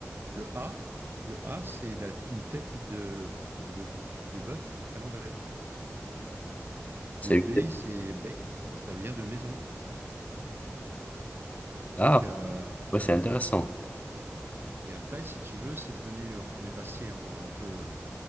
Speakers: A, on the right (about 50°); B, on the left (about 30°).
A: Le A, le A, c'est la- une tête de, de, de bœuf à l'envers. Le
B: C'est
A: B, c'est bait, ça vient de maison.
B: Ah,
A: Donc, euh,
B: ouais, c'est intéressant.
A: et après, si tu veux, c'est devenu, on est passé en- en un peu,